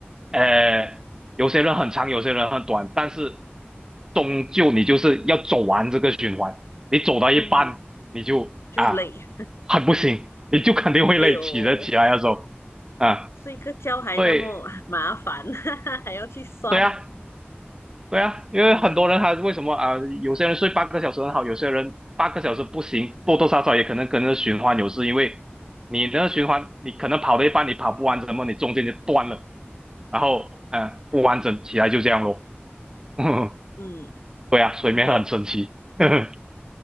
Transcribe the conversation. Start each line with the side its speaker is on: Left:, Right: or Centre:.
Right: 呃，有些人很长，有些人很短，但是终究你就是要走完这个循环。你走到一半，
Left: 嗯，
Right: 你就啊
Left: 就累，
Right: 很不行，你就肯定会累，
Left: <laughs> 哎呦，
Right: 起得起来的时候啊，
Left: 睡个觉还那么
Right: 所以
Left: <laughs> 麻烦，<laughs> 还要去算。
Right: 对啊，对啊，因为很多人他为什么啊、
Left: 嗯
Right: 有些人睡八个小时很好，有些人八个小时不行，多多少少也可能跟着循环有事，因为你那个循环，你可能跑了一半，你跑不完整么，你中间就断了，然后嗯、呃不完整起来就这样咯。<laughs>
Left: 嗯，
Right: 对啊，睡眠很神奇。
Left: 真的。
Right: <laughs>